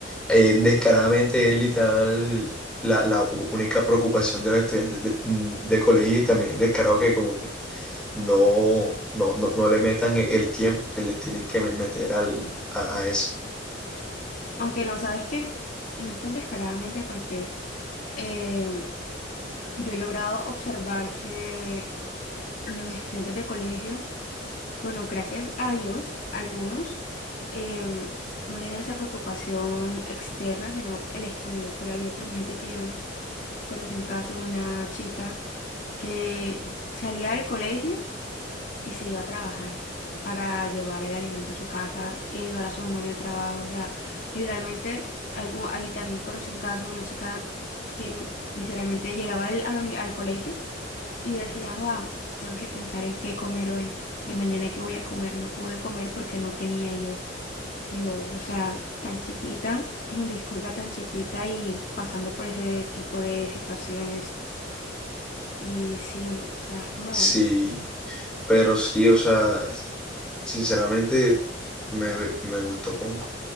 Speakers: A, in the centre; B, on the left (about 45°).
A: eh, descaradamente es literal la, la u- única preocupación de los estudiantes de, de colegio y también es descarado que como que no, no, no, no le metan e- el tiempo que le tienen que me- meter al, a, a eso.
B: Aunque no, sabes que no es tan descaradamente porque em, yo he logrado observar que los estudiantes de colegio, bueno, gracias a Dios, algunos em, no tienen esa preocupación externa, sino el estudio, pero hay otros, gente que yo conocí un caso de una chica que salía del colegio y se iba a trabajar para llevar el alimento a su casa y ayudar a su mamá en el trabajo, o sea, literalmente, hay- u- ahí también conocí un caso de una chica que literalmente llegaba al, al uni- al colegio. Y decía, Juan, tengo que pensar en qué comer hoy y mañana qué voy a comer. No pude comer porque no tenía y yo, tío, o sea, tan chiquita, <clears throat> disculpa, tan chiquita y pasando por ese tipo de situaciones. Y sí, o sea, es como
A: Sí, pero sí, o sea, sinceramente me, me gustó con-